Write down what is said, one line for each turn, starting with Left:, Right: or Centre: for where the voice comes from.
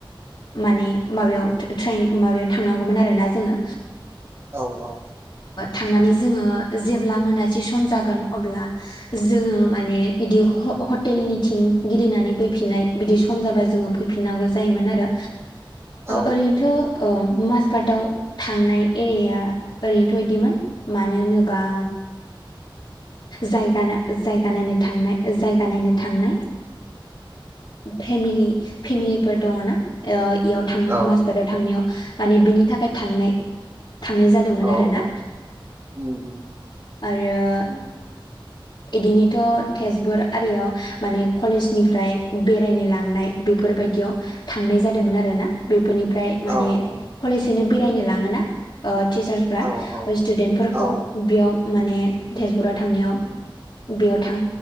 Left: माने माबायाव <unintelligible> ट्रेनिं माबायाव थांनांगौमोन आरो ना जोङो
Right: औ औ
Left: थांनानै जोङो जेब्ला मोनासि सम जागोन अब्ला जोङो माने बिदि हटेलनिथिं गिदिंनानै फैफिनाय बिदि सम जाबा जोङो फै फिननांगौ जायोमोन आरो
Right: औ
Left: ओरैनोथ' माजबातआव थांनाय एरिया ओरैनोथ' बिदिमोन मानो होनोबा जायग जायगा नायनो थांनाय जायगा नायनो थांनाय फेमिलि फेमिलिफोर दङना इयाव थांनो
Right: औ
Left: माजबाताव थांनायाव माने बिनि थाखाय थांनाय थांनाय जादोंमोन
Right: औ
Left: आरो ना
Right: औ उम उम
Left: आरो इदिनोथ' तेजपुर आरियाव माने कलेजनिफ्राय बेरायनो लांनाय बेफोरबायदियाव थांनाय जादोंमोन आरो ना बेफोरनिफ्राय माने
Right: औ औ
Left: कलेजोंनो <unintelligible> बेरायनो लाङोना ओ टिचारसफ्रा
Right: औ
Left: स्टुदेन्ट फोरखौ
Right: औ
Left: बेयाव माने तेजपुराव थांनायाव बेयाव थां